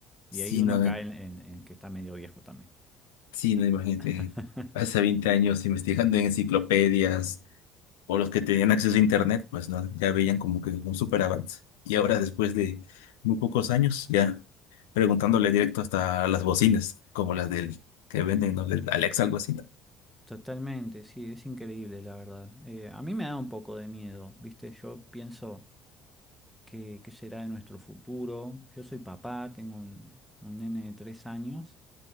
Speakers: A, on the left; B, in the centre.
A: Sí,
B: Y ahí uno
A: no,
B: cae
A: eh,
B: en, en- en que está medio viejo también.
A: sí, no, imagínate.
B: <laughs>
A: Hace 20 años investigando en enciclopedias o los que tenían acceso a internet, pues no, ya veían como que un súper avance. Y ahora, después de muy pocos años, ya preguntándole directo hasta a las bocinas, como las del que venden, ¿no? Del Alexa, algo así. ¿no?
B: Totalmente, sí, es increíble, la verdad. Eh, a mí me da un poco de miedo, ¿viste? Yo pienso que, qué será de nuestro futuro. Yo soy papá, tengo un, un nene de tres años